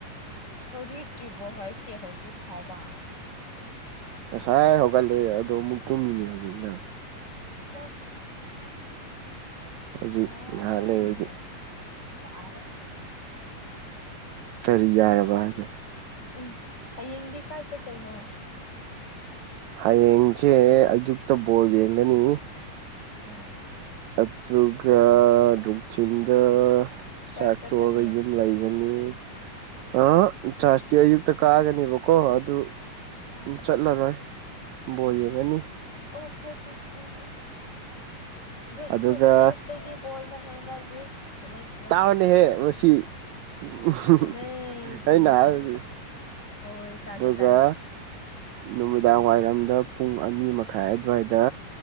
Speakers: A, on the left; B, on the right.
A: <unintelligible> ꯇ꯭ꯔꯤꯕꯣ ꯍꯥꯏꯁꯤ ꯍꯥꯎꯖꯤꯛ ꯐꯥꯎꯕ
B: ꯉꯁꯥꯏ ꯍꯧꯒꯠꯂꯦ ꯑꯗꯣ ꯃꯨꯛ ꯇꯨꯝꯃꯤꯅꯤ ꯍꯧꯖꯤꯛꯅ
A: ꯕꯁ
B: ꯍꯧꯖꯤꯛ
A: ꯑꯥ
B: ꯉꯥꯏꯍꯥꯛ ꯂꯩꯔꯗꯤ
A: ꯌꯥꯔꯦ
B: ꯀꯔꯤ ꯌꯥꯔꯕ ꯍꯥꯏꯖꯦ
A: ꯎꯝ ꯍꯌꯦꯡꯗꯤ ꯀꯥꯏ ꯆꯠꯇꯣꯏꯅꯣ
B: ꯍꯌꯦꯡꯁꯦ ꯑꯌꯨꯛꯇ ꯕꯣꯜ ꯌꯦꯡꯒꯅꯤ
A: ꯎꯝ
B: ꯑꯗꯨꯒ ꯅꯨꯡꯊꯤꯟꯗ
A: ꯆꯔꯆ
B: ꯆꯥꯛ
A: ꯆꯠꯀꯅꯤ
B: ꯇꯣꯛꯑꯒ ꯌꯨꯝ ꯂꯩꯒꯅꯤ
A: ꯎꯝ
B: ꯑ ꯆꯥꯔꯖꯇꯤ ꯑꯌꯨꯛꯇ ꯀꯒꯅꯦꯕꯀꯣ ꯑꯗꯨ
A: ꯑꯥ
B: ꯎꯝ ꯆꯠꯂꯔꯣꯏ ꯕꯣꯜ ꯌꯦꯡꯉꯅꯤ
A: ꯑꯣ ꯐꯩ ꯐꯩ ꯎꯝ ꯎꯝ ꯒꯨꯠ
B: ꯑꯗꯨꯒ
A: ꯒꯨꯠ ꯆꯥꯔꯆꯇꯒꯤ ꯕꯣꯜꯅ ꯍꯦꯟꯅ ꯂꯨꯏ ꯆꯨꯝꯃꯦ ꯆꯨꯝꯃꯦ
B: ꯇꯥꯕꯅꯦꯍꯦ ꯃꯁꯤ ꯎꯝꯍꯨꯍꯨꯡ
A: ꯆꯨꯝꯃꯦ ꯆꯨꯝꯃꯦ
B: ꯑꯩꯅ ꯍꯥꯏꯁꯤ
A: ꯆꯨꯝꯃꯦ ꯍꯣꯏ ꯇꯥꯒꯦ ꯇ
B: ꯑꯗꯨꯒ ꯅꯨꯃꯤꯗꯥꯡ ꯋꯥꯏꯔꯝꯗ ꯄꯨꯡ ꯑꯅꯤ ꯃꯈꯥꯏ ꯑꯗꯨꯋꯥꯏꯗ